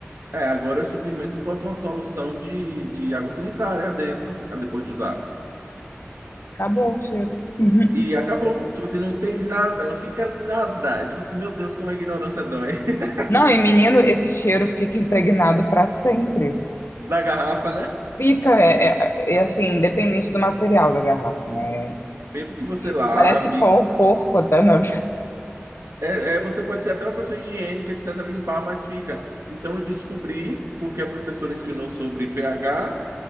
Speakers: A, on the right; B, on the left.
A: é, agora eu simplesmente boto uma solução de, de água sanitária dentro, ah, depois de usar.
B: Acabou o cheiro. Uhum.
A: E acabou. Tipo assim, não tem nada, não fica nada. Tipo assim, meu Deus, como a ignorância dói. <laughs>
B: Não, e menino, esse cheiro fica impregnado para sempre.
A: Da garrafa, né?
B: Fica, é, é- é, é assim, independente do material da garrafa, né?
A: Mesmo que você
B: E
A: lave.
B: tu parece pó, porco até, na
A: É, é, você pode ser até uma pessoa higiênica, etc., limpar, mas fica. Então eu descobri, porque a professora ensinou sobre pH